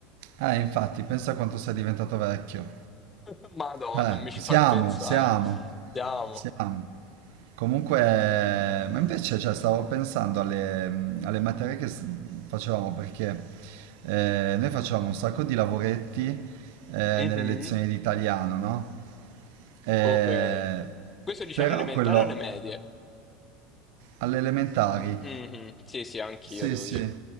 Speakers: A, on the right; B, on the left.
A: eh, infatti, pensa a quanto sei diventato vecchio.
B: <laughs> Madonna,
A: Eh,
B: non mi ci
A: siamo,
B: far pensare.
A: siamo,
B: Siamo.
A: siamo. Comunque, ma invece, cioè, stavo pensando alle, alle materie che s- facevamo, perché eh, noi facevamo un sacco di lavoretti eh, nelle
B: Mhm,
A: lezioni di italiano, no? Eh,
B: Ok. Questo dice
A: però
B: alle elementari
A: quello
B: o alle medie?
A: all'elementare
B: Mhm. Sì, sì, anch'io
A: sì,
B: devo
A: sì,
B: dire.